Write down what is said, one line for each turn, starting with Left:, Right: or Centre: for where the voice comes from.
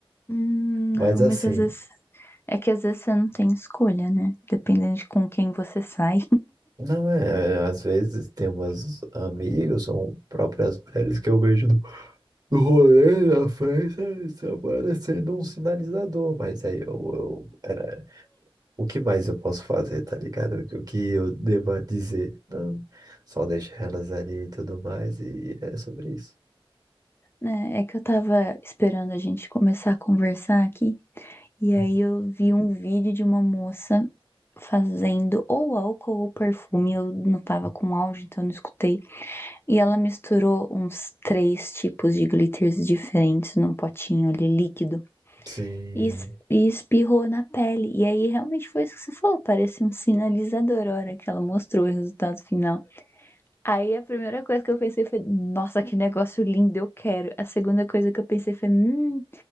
Left: Hum,
Right: Mas
Left: não,
Right: assim,
Left: mas às vezes. É que às vezes você não tem escolha, né? Dependendo de com quem você sai.
Right: não é. é, Às vezes tem umas amigos ou próprias mulheres que eu vejo no no rolê, na festa, eles aparecendo um sinalizador. Mas aí eu, eu era o que mais eu posso fazer, tá ligado? O que eu deva dizer? Não, só deixa elas ali e tudo mais, e é sobre isso.
Left: <laughs> né? É que eu tava esperando a gente começar a conversar aqui. E
Right: Hum.
Left: aí eu vi um vídeo de uma moça fazendo ou álcool ou perfume, eu não tava com áudio, então eu não escutei. E ela misturou uns três tipos de glitters diferentes num potinho ali líquido
Right: Sim.
Left: e, es- e espirrou na pele. E aí realmente foi isso que você falou, parecia um sinalizador a hora que ela mostrou o resultado final. Aí a primeira coisa que eu pensei foi, nossa, que negócio lindo, eu quero. A segunda coisa que eu pensei foi, hum,